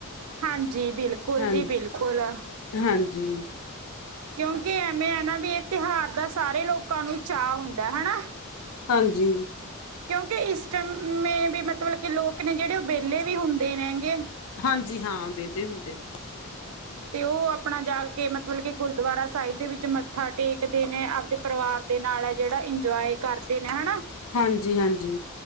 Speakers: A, on the right; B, on the left.
A: ਹਾਂਜੀ ਬਿਲਕੁਲ
B: ਹਾਂ,
A: ਜੀ ਬਿਲਕੁਲ
B: ਹਾਂਜੀ।
A: ਕਿਉਂਕਿ ਐਵੇਂ ਹੈ ਨਾ ਵੀ ਇਹ ਤਿਉਹਾਰ ਦਾ ਸਾਰੇ ਲੋਕਾਂ ਨੂੰ ਚਾਅ ਹੁੰਦਾ ਹਨਾ।
B: ਹਾਂਜੀ।
A: ਕਿਉਂਕਿ ਇਸ ਟਾਈਮੇ ਵੀ ਮਤਲਬ ਕਿ ਲੋਕ ਨੇ ਜਿਹੜੇ ਉਹ ਵਿਹਲੇ ਵੀ ਹੁੰਦੇ ਨੇ ਹੈਗੇ।
B: ਹਾਂਜੀ। ਹਾਂ, ਵਿਹਲੇ ਹੁੰਦੇ ਨੇ।
A: ਤੇ ਉਹ ਆਪਣਾ ਜਾ ਕੇ ਮਤਲਬ ਕਿ ਗੁਰਦੁਆਰਾ ਸਾਹਿਬ ਦੇ ਵਿੱਚ ਮੱਥਾ ਟੇਕਦੇ ਨੇ ਆਪਦੇ ਪਰਿਵਾਰ ਦੇ ਨਾਲ ਹੈ। ਜਿਹੜਾ ਇੰਜੋਏ ਕਰਦੇ ਨੇ ਹਨਾ।
B: ਹਾਂਜੀ- ਹਾਂਜੀ